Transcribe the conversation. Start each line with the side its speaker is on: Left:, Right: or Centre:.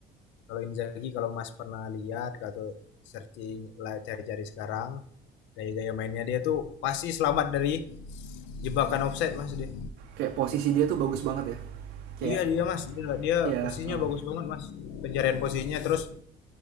Left: Kalau Inzaghi kalau Mas pernah lihat atau searching lah cari-cari sekarang gaya-gaya mainnya dia tuh pasti selamat dari jebakan offset mas dia
Right: kayak posisi dia tuh bagus banget ya kayak
Left: iya dia mas dia, dia
Right: ya
Left: posisinya
Right: eh,
Left: bagus banget mas pencarian posisinya terus